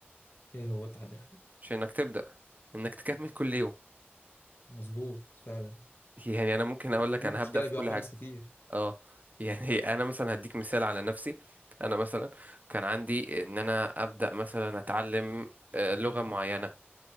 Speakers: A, on the left; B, on the right.
A: إيه هو التحدي الحقيقي؟
B: مش انك تبدأ انك تكمل كل يوم
A: مظبوط فعلا
B: <laughs> يعني انا ممكن اقول لك
A: دي
B: انا
A: مشكلة
B: هبدأ في
A: بيقع
B: كل
A: فيها
B: حاجة
A: ناس كتير
B: اه يعني <laughs> انا مثلا هديك مثال على نفسي انا مثلا كان عندي ان انا ابدا مثلا اتعلم آه، لغه معينه